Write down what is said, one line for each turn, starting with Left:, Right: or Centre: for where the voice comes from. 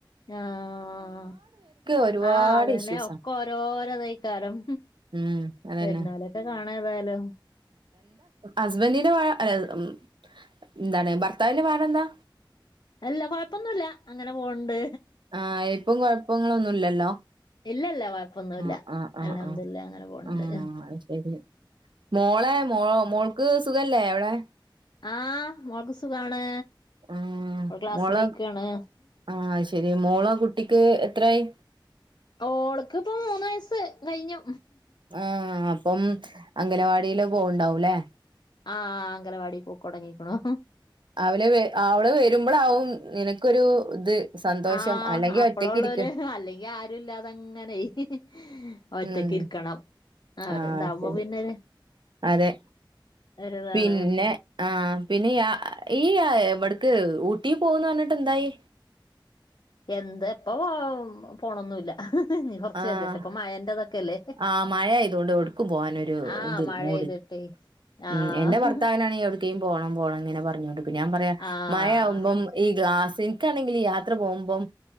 Left: ആഹ്
Right: ഒരുപാട്
Left: ആഹ് അതന്നെ
Right: ഇഷ്യൂസാ
Left: ഒക്കെ ഓരോരോ തയിക്കറും
Right: ഉം അതന്നെ
Left: വെരുന്നോലൊക്കെ കാണാ ഏതായാലും
Right: ഹസ്ബന്റിന്റൊ അല്ല ഉം എന്താണ് ഭർത്താവിന്റെ പാട് എന്താ
Left: അല്ല കൊഴപ്പൊന്നുല്ല അങ്ങനെ പോവണ്ട്
Right: ആഹ് ഇപ്പം കുഴപ്പങ്ങളൊന്നും ഇല്ലല്ലോ
Left: ഇല്ല ഇല്ല കുഴപ്പൊന്നുമല്ല
Right: ആഹ് ആഹ് ആഹ്
Left: അൽഹംദുലില്ലാഹ്
Right: ആഹ്
Left: അങ്ങനെ പോവ്ണ്ട്
Right: ആഹ് അത് ശരി മോളെ മോ മോൾക്ക് സുഖല്ലേ അവിടെ
Left: ആഹ് മോളക്ക് സുഖാണ്
Right: ആഹ്
Left: മോൾ ക്ലാസ്സിനോയിക്കാണ്
Right: മോളെ ആഹ് അത് ശരി മോളെ കുട്ടിക്ക് എത്രായി
Left: ഓ ഓൾക്പ്പോ മൂന്ന് വയസ്സ് കഴിഞ്ഞു
Right: ആഹ് അപ്പം അംഗനവാടിയി ല് പോവണ്ടാവൂല്ലേ
Left: ആഹ് അംഗണവാടി പോക്കുടങ്ങിക്കണു
Right: അവളെ അവള് വരുമ്പോഴാവും നിനക്കൊരു ഇത് സന്തോഷം
Left: ആഹ്
Right: അല്ലെങ്കി
Left: അപ്പലൊരു
Right: ഒറ്റക്ക് ഇരിക്ക
Left: അല്ലെങ്കി ആരു ഇല്ലാതങ്ങനെയ് ഒറ്റക്കിരിക്കണം
Right: ഉം
Left: അവര്
Right: ആഹ്
Left: ഇണ്ടാവുമ്പോ
Right: ശരി
Left: പിന്നെ
Right: അതെ
Left: ഒരിതാണ്
Right: പിന്നെ ആഹ് പിന്നെ യാ ഈ എവിടക്ക് ഊട്ടി പോകുന്ന് പറഞ്ഞിട്ട് എന്തായി
Left: എന്ത് ഇപ്പൊ ഓ പോണൊന്നുമില്ല ഇനി കുറച്ച്
Right: ആഹ്
Left: കജാട്ടെ ഇപ്പം മയന്റെതൊക്കെ അല്ലേ
Right: ആഹ് മഴ ആയതുകൊണ്ട് എവിടുക്കും പോവാനൊരു
Left: ആഹ്
Right: ഇതില്ല
Left: മഴെയ്തിട്ടേ
Right: മൂടില്ല
Left: ആഹ്
Right: ഉം എന്റെ ഭർത്താനാണ് എവിടക്കും ക്കേം പോണം പോണം ഇങ്ങനെ പറഞ്ഞോണ്ട് നിക്കും പിന്നെ ഞാൻ പറയാ
Left: ആഹ്
Right: മഴയാകുമ്പം ഈ ഗ്ലാസ് എനിക്കാണെങ്കിൽ യാത്ര പോകുബം